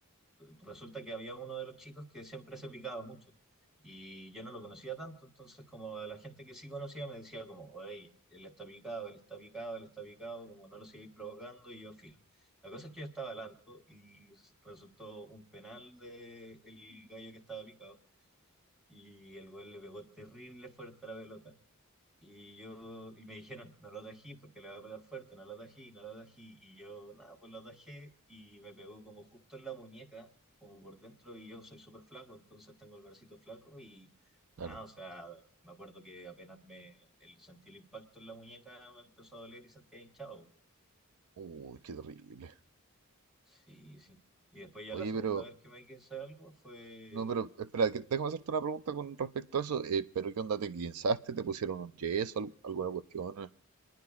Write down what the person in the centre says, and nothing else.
resulta que había uno de los chicos que siempre se picaba mucho y yo no lo conocía tanto, entonces como a la gente que sí conocía me decía como, oye, él está picado, él está picado, él está picado, como no lo sigáis provocando y yo filo. La cosa es que yo estaba al arco y resultó un penal del gallo que estaba picado y el güey le pegó terrible fuerte a la pelota. Y yo, y me dijeron, no lo atají porque le va a pegar fuerte, no lo atají, no lo atají. Y yo, nada, pues lo atajé y me pegó como justo en la muñeca, como por dentro, y yo soy súper flaco, entonces tengo el bracito flaco y
nada, o sea, me acuerdo que apenas me el- sentí el impacto en la muñeca, me empezó a doler y sentía hinchado.
Sí, sí. Y después ya
la segunda
vez que me quise algo fue